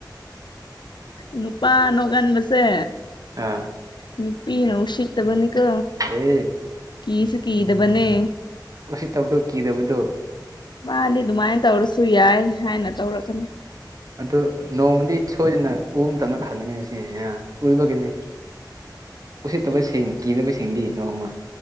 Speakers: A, on the left; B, on the right.
A: ꯅꯨꯄꯥ ꯅꯣꯛꯀꯟꯕꯁꯦ
B: ꯑꯥ
A: ꯅꯨꯄꯤꯗꯧ ꯁꯤꯠꯇꯕꯅꯤꯀꯣ
B: ꯑꯦ
A: ꯀꯤꯁꯨ ꯀꯤꯗꯕꯅꯤ
B: ꯎꯁꯤꯠꯇꯕꯗꯨ ꯀꯤꯗꯕꯗꯨ
A: ꯃꯥꯗꯤ ꯗꯨꯃꯥꯏꯟ ꯇꯧꯔꯁꯨ ꯌꯥꯏ ꯍꯥꯏꯅ ꯇꯧꯔꯛꯀꯅꯤ
B: ꯑꯗꯨ ꯅꯣꯡꯃꯗꯤ ꯁꯣꯏꯗꯅ ꯎꯝ ꯃꯇꯝꯅ ꯈꯪꯉꯅꯤ ꯑꯁꯤꯅ ꯎꯏꯕꯒꯤꯅꯦ ꯎꯁꯤꯠꯇꯕꯁꯤꯡ ꯀꯤꯗꯕꯁꯤꯡꯗꯤ ꯅꯣꯡꯃ